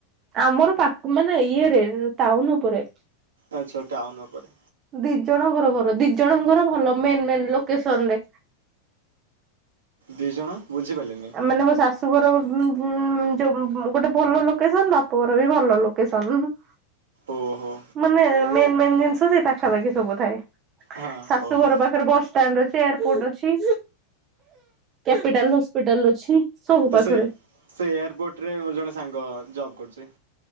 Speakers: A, on the right (about 30°); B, on the right (about 70°).
A: ଆମର ପାକୁ ମାନେ ଇଏରେ ଟାଉନୁ ଉପରେ।
B: ଆଚ୍ଛା ଟାଉନ୍ ଉପରେ।
A: ଦି ଜଣଙ୍କର ଘର ଦି ଜଣଙ୍କର ଭଲ ମେନ୍ ମେନ୍ ଲୋକେସନ୍ ରେ।
B: ଦି ଜଣ? ବୁଝିପାରିଲିନି
A: ଆ ମାନେ ମୋ ଶାଶୁ ଘର ବ ଉଁ ଗୁଁ ଯୋଉ ଗୋଟେ ଭଲ ଲୋକେସନ୍ ବାପ ଘର ବି ଭଲ ଲୋକେସନ୍ ଉଁ ହୁଁ।
B: ଓ ହୋ।
A: ମାନେ ମେନ୍ ମେନ୍ ଜିନ୍ ଷ ସେଇ ପାଖାପାଖି ସବୁ ଥାଏ।
B: ହଁ
A: ଶାଶୁଘର
B: ଓହୋ
A: ପାଖରେ ବସଷ୍ଟାଣ୍ଡ୍ ଅଛି, ଏୟାରପୋର୍ଟ୍ ଅଛି, କ୍ୟାପିଟାଲ୍ ହସ ପିଟାଲ୍ ଅଛି। ସବୁ ପାଖରେ।
B: ଏସେ ସେ ଏୟାରପୋର୍ଟ୍ ରେ ମୋର ଜଣେ ସାଙ୍ଗ ଜବ୍ କରୁଚି।